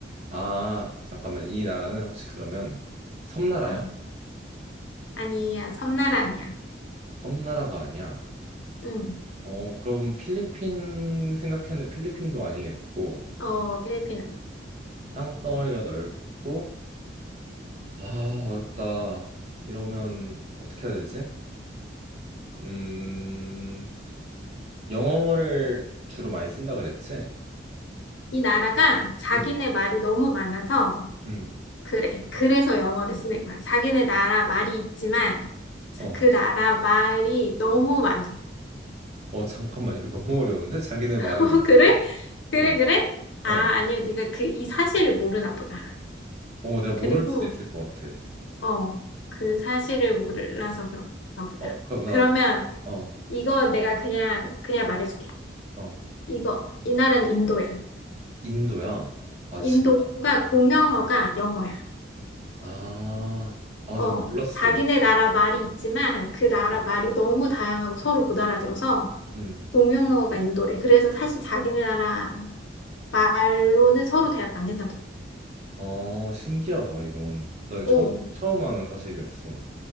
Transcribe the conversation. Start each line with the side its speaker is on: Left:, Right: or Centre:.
Right: 아 잠깐만 이 나라는 혹시 그러면 섬나라야?
Left: 어, 아니야, 섬나라 아니야.
Right: 섬나라가 아니야.
Left: 음,
Right: 어, 그럼 필리핀 생각했는데 필리핀도 아니겠고,
Left: 어, 필리핀 아니야.
Right: 땅덩어리가 넓고, 아, 어렵다. 이러면 어떻게 해야 되지? 음, 영어를 주로 많이 쓴다 그랬지?
Left: 이 나라가 자기네
Right: 응,
Left: 말이 너무 많아서
Right: 응
Left: 그래. 그래서 영어를 쓰는 거야. 자기네 나라 말이 있지만, 자,
Right: 어,
Left: 그 나라 말이 너무 많아.
Right: 어, 잠깐만, 이거 너무 어려운데? 자기네
Left: <laughs> 어,
Right: 말이 많다고?
Left: 그래? 그래,
Right: 어,
Left: 그래? 아,
Right: 어,
Left: 아니요. 네가 그 이 사실을 모르나 보다.
Right: 어, 내가 모를
Left: 그리고,
Right: 수도 있을 것 같아.
Left: 어, 그 사실을 몰라서 그런가 보다.
Right: 어, 그럼 나,
Left: 그러면
Right: 어,
Left: 이거 내가 그냥, 그냥 말해줄게.
Right: 어,
Left: 이거, 이 나라는 인도야.
Right: 인도야? 아,
Left: 인도가
Right: 진짜?
Left: 공용어가 영어야.
Right: 아, 아,
Left: 어,
Right: 나 몰랐어.
Left: 자기네 나라 말이 있지만 그 나라
Right: 음.
Left: 말이 너무 다양하고 서로 못 알아들어서
Right: 음.
Left: 공용어가 인도래. 그래서 사실 자기네 나라 말로는 서로 대화가 안 된다더라고.
Right: 아, 신기하다, 이건. 나 처음,
Left: 어,
Right: 처음 아는 사실이었어.